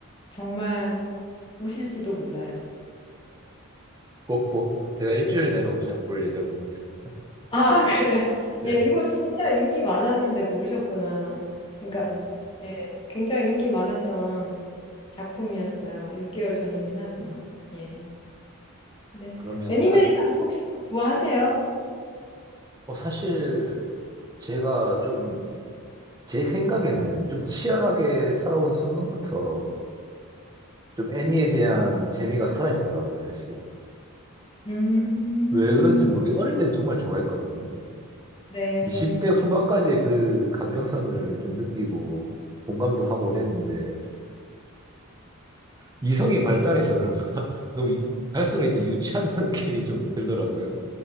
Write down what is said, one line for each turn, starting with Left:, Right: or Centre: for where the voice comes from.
Left: 정말 우실지도 몰라요.
Right: 꼭 보, 제가 일주일 내로 진짜 볼 예정입니다. <laughs>
Left: 아, <laughs> 그래요?
Right: 네.
Left: 예, 이거 진짜 인기 많았는데 모르셨구나. 그러니까,
Right: 음,
Left: 예, 굉장히 인기 많았던 작품이었어요. 6개월 전이긴 하지만. 예. 근데
Right: 그러면,
Left: 애니메이션
Right: 아,
Left: 혹시 좋아하세요?
Right: 어, 사실 제가 좀, 제 생각에는 좀 치열하게 살아온 순간부터 좀 애니에 대한 재미가 사라지더라고요, 사실.
Left: 음,
Right: 왜 그런지 모르게 어릴 땐 정말 좋아했거든요.
Left: 네.
Right: 20대 후반까지의 그 감정선을 좀 느끼고 공감도 하고 이랬는데 이성이 발달해서 그런가? <laughs> 너무 이- 갈수록 이제 유치한 <laughs> 느낌이 좀 들더라고요.